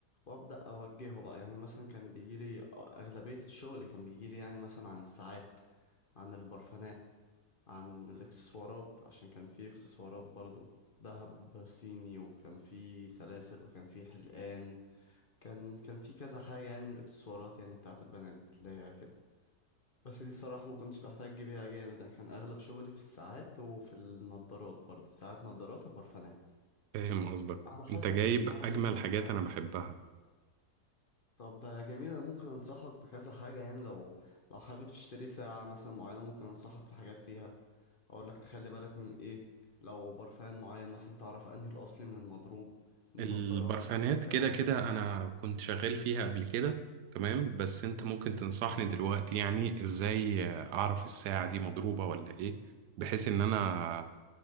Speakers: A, on the left; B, on the right.
A: وأبدأ أوجهه بقى يعني مثلا كان بيجيلي أغلبية الشغل كان بيجيلي يعني مثلا عن الساعات عن البرفانات عن الإكسسوارات عشان كان في إكسسوارات برضو دهب صيني وكان في سلاسل وكان في حلقان كان كان في كذا حاجة يعني من الإكسسوارات يعني بتاعت البنات اللي هي كده بس دي الصراحة ما كنتش بحتاج بيها جامد أنا كان أغلب شغلي في الساعات وفي النضارات برضه ساعات نضارات وبرفانات
B: فاهم قصدك
A: على
B: انت
A: حسب
B: جايب
A: على
B: اجمل
A: حسب
B: حاجات
A: بقى
B: انا بحبها
A: طب ده جميل أنا ممكن أنصحك بكذا حاجة يعني لو لو حابب تشتري ساعة مثلا معينة ممكن أنصحك في حاجات فيها أقول لك تخلي بالك من إيه لو برفان معين مثلا تعرف أنهي الأصلي من المضروب النضارات
B: البرفانات
A: نفس الكلام
B: كده كده انا كنت شغال فيها قبل كده تمام بس انت ممكن تنصحني دلوقتي يعني ازاي اعرف الساعة دي مضروبة ولا ايه بحيث ان انا